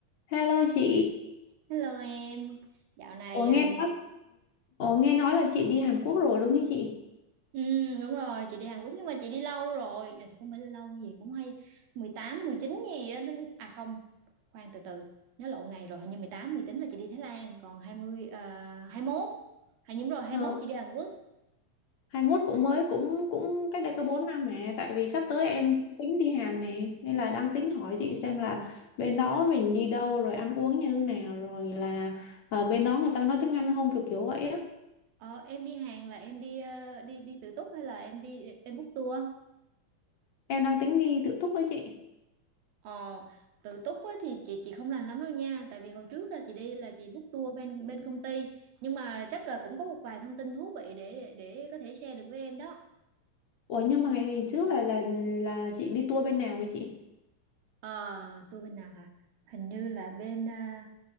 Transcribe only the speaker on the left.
Hello chị,
ủa nghe
ủa nghe nói là chị đi Hàn Quốc rồi đúng không chị?
Ờ,
hai mốt cũng mới cũng cũng cách đây có bốn năm mà tại vì sắp tới em tính đi Hàn nè nên là đang tính hỏi chị xem là bên đó mình đi đâu rồi ăn uống như thế nào rồi là ờ, bên đó người ta có nói tiếng Anh không kiểu kiểu vậy á.
Em đang tính đi tự túc với chị.
Ủa nhưng mà ngày hôm trước là là là chị đi tour bên nào với chị?